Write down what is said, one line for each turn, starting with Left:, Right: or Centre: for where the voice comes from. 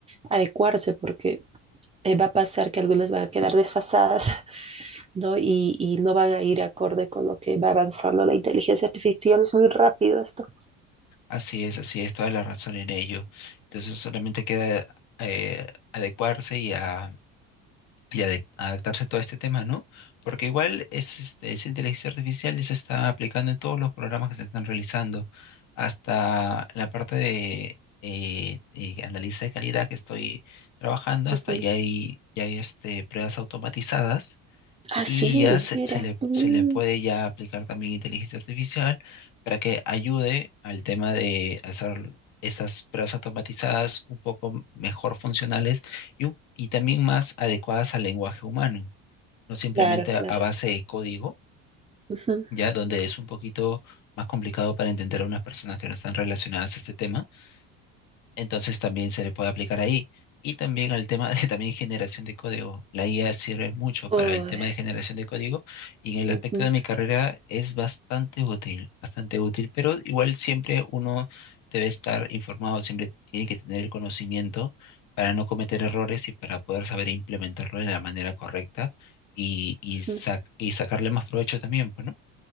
Right: adecuarse porque eh, va a pasar que algunas van a quedar desfasadas ¿no? Y, y no van a ir acorde con lo que va avanzando la inteligencia artificial. Es muy rápido esto.
Left: así es, así es, toda la razón en ello. Entonces solamente queda eh, adecuarse y, a- y ade- adaptarse a todo este tema, ¿no? Porque igual es, este, esa inteligencia artificial ya se está aplicando en todos los programas que se están realizando, hasta la parte de, eh, de análisis de calidad que estoy trabajando,
Right: Ujú.
Left: hasta ya hay, ya hay este, pruebas automatizadas
Right: Ah,
Left: y
Right: sí,
Left: ya se,
Right: mira.
Left: se le,
Right: Mm,
Left: se le puede ya aplicar también inteligencia artificial para que ayude al tema de hacer estas pruebas automatizadas un poco mejor funcionales y, un- y también más adecuadas al lenguaje humano, no simplemente
Right: claro, claro.
Left: a, a base de código,
Right: Ujú.
Left: ya donde es un poquito más complicado para entender a unas personas que no están relacionadas a este tema entonces también se le puede aplicar ahí. Y también al tema de <laughs> también generación de código. La IA sirve mucho
Right: Uy,
Left: para el tema de generación de código y en el
Right: ujú,
Left: aspecto de mi carrera es bastante útil, bastante útil, pero igual siempre uno debe estar informado, siempre tiene que tener el conocimiento para no cometer errores y para poder saber implementarlo de la manera correcta y, y, sac-
Right: ujú.
Left: y sacarle más provecho también, pues, ¿no?